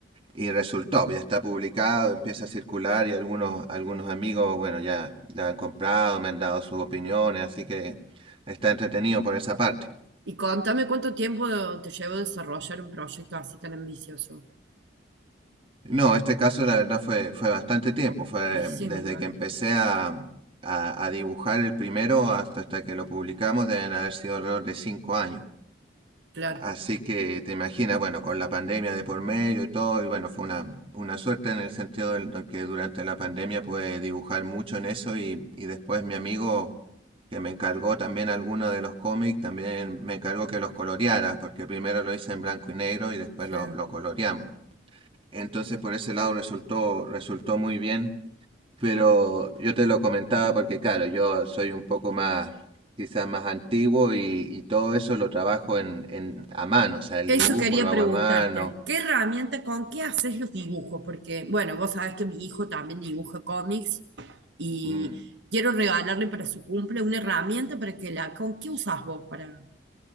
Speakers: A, on the right; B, on the right.
A: y resultó, ya está publicado, empieza a circular y algunos, algunos amigos, bueno, ya la han comprado, me han dado sus opiniones, así que está entretenido por esa parte.
B: Y contame cuánto tiempo te llevó desarrollar un proyecto así tan ambicioso.
A: No, este caso la verdad fue, fue bastante tiempo, fue
B: Y sí,
A: desde
B: me imagino.
A: que empecé a, a- a dibujar el primero hasta, hasta que lo publicamos, deben haber sido alrededor de cinco años.
B: Claro,
A: Así que te imaginas, bueno, con la pandemia de por medio y todo, y bueno, fue una, una suerte en el sentido del- de que durante la pandemia pude dibujar mucho en eso y, y después mi amigo que me encargó también alguno de los cómics, también me encargó que los coloreara, porque primero lo hice en blanco y negro y después
B: sí.
A: lo, lo coloreamos. Entonces por ese lado resultó, resultó muy bien. Pero yo te lo comentaba porque claro, yo soy un poco más, quizás más antiguo y, y todo eso lo trabajo en, en- a mano, o sea, el
B: Eso
A: dibujo
B: quería
A: lo hago
B: preguntarte.
A: a mano.
B: ¿Qué herramienta, con qué haces los dibujos? Porque, bueno, vos sabés que mi hijo también dibuja cómics y
A: Mm.
B: quiero regalarle para su cumple una herramienta para que la... ¿Con qué usás vos para...?